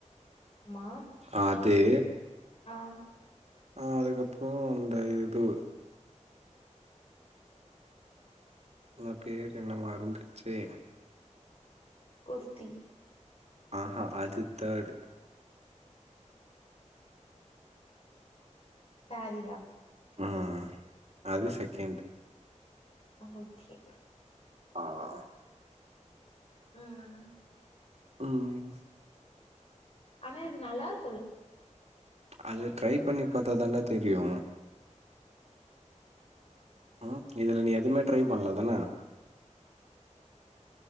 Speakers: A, on the left (about 50°); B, on the right (about 55°).
A: மா
B: அதே
A: ஆ
B: ஆ அதுக்கப்புறோ இந்த இது அ பேர் என்ன மறந்துருச்சே
A: குர்த்தி
B: ஆஹா அது தேர்டு
A: ஸரீயா
B: ஆ ஆ அது செகண்ட்
A: ஓகே
B: ஆ ஆ
A: ம் ம்
B: ம் ம்
A: ஆனா இது நல்லா இருக்குல்ல
B: அது ட்ரை பண்ணி பாத்தா தாண்டா தெரியு ம் இதுல நீ எதுவுமே ட்ரை பண்ணல தானா